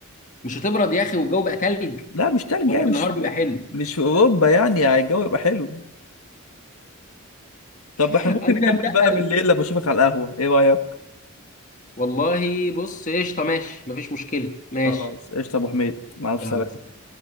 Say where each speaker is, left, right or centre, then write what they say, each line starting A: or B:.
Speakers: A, on the left; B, on the left.
A: مش هتبرد يا اخي والجو بقى تلج
B: لا مش تلج
A: ولا
B: يعني
A: بالنهار
B: مش
A: بيبقى حلو
B: مش في اوروبا يعني يعني الجو يبقى حلو طب
A: <laughs>
B: احنا ممكن
A: قبل
B: نكمل
A: انتقل
B: بقى بالليل لما اشوفك على القهوة ايه رأيك
A: والله بص قشطه ماشي مفيش مشكله ماشي
B: خلاص قشطة يا ابو حميد مع الف
A: يلا
B: سلامة
A: سلام